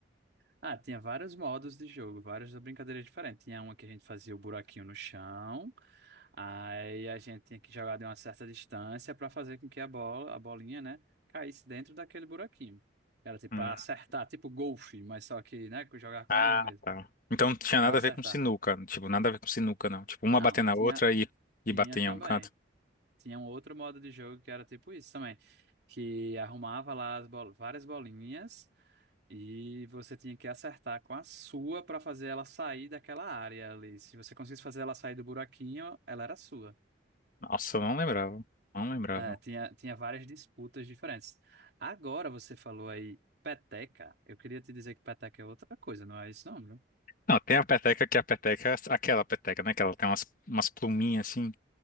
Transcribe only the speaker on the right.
Ah, tinha vários modos de jogo, várias brincadeiras diferentes. Tinha uma que a gente fazia o buraquinho no chão, aí a gente tinha que jogar de uma certa distância para fazer com que a bola, a bolinha, né, caísse dentro daquele buraquinho. Era tipo
para acertar, tipo golfe, mas só que, né, que jogar com
a mão mesmo,
para
acertar.
Não,
tinha,
tinha
também.
Tinha um outro modo de jogo que era tipo isso também, que arrumava lá as bol várias bolinhas. E você tinha que acertar com a sua para fazer ela sair daquela área ali. Se você conseguisse fazer ela sair do buraquinho, ela era sua.
É, tinha, tinha várias disputas diferentes. Agora você falou aí peteca. Eu queria te dizer que peteca é outra coisa, não é isso não, viu?